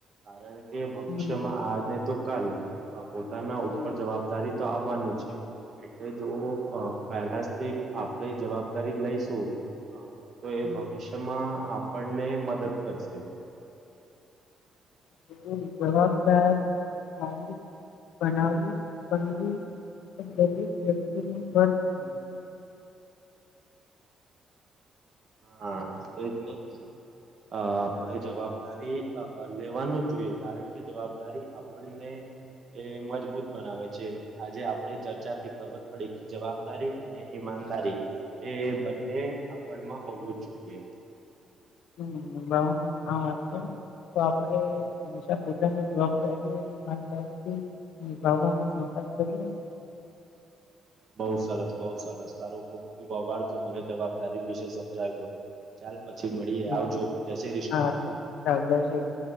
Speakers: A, on the right (about 50°); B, on the left (about 80°).
A: કારણ કે ભવિષ્યમાં
B: હમ
A: આને તો પોતાના
B: હમ
A: ઉપર જવાબદારી તો આવવાનું છે. એટલેજો પહેલાથી આપણે જવાબદારી લઈશું. તો એ
B: હમ
A: ભવિષ્યમાં આપણને મદદ કરશે.
B: હ જવાબદાર નાગરિક. બનાવું પંગું દરેક વ્યક્તિ ન વર્થ છે.
A: હા એજ નને. અ આપણે જવાબદારી લેવાનું જ જોઈએ કારણ કે જવાબદારી આપણને. એ મજબૂત બનાવે છે આજે આપડ ચર્ચા થી. ખબર પડી જવાબદારી અને ઈમાનદારી એ બંને આપણમાં. જોઈએ.
B: હમ બ હા. તો આપણે હંમેશા પોતાને જવાબદારી માન કે ભગવા. બસ કરીએ.
A: બઉુ સરસ બઉુ સરસ તારો ખૂબ ખુબ અઆભાર તું મને જવાબદારી વિશે સમજાવ્યો. ચાલ પછી મળીએ
B: હમ
A: આવજો જય શ્રી કૃષ્ણ.
B: હા ચાલ જય શ્રી કૃષ્ણ.